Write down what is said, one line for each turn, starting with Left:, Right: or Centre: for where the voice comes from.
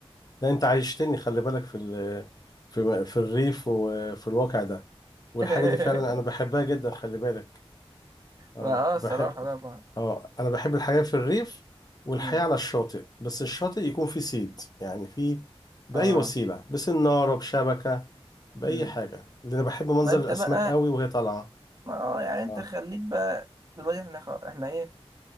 Left: لا أنت عايشتني خلي بالك في ال... في في الريف وفي الواقع ده والحاجة
Right: <laughs>
Left: دي فعلا أنا بحبها جدا خلي بالك آه
Right: ما اه
Left: بح...
Right: الصراحة طبعا
Left: اه انا بحب الحياة في الريف والحياة
Right: مم.
Left: على الشاطئ بس الشاطئ يكون فيه صيد يعني فيه بأي
Right: اه
Left: وسيلة بسنارة بشبكة بأي
Right: مم.
Left: حاجة لأن أنا بحب منظر
Right: ما انت
Left: الأسماك
Right: بقى
Left: قوي وهي طالعة
Right: ما اه يعني انت
Left: اه
Right: خليك بقى دلوقتي احنا خ... احنا ايه